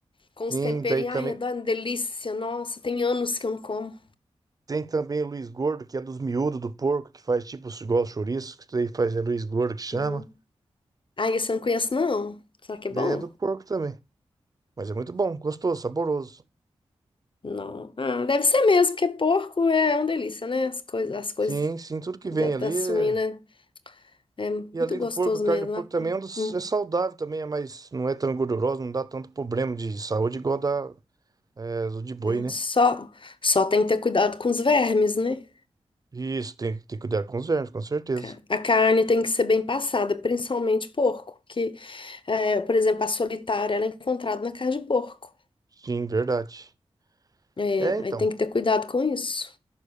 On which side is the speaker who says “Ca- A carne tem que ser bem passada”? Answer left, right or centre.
Left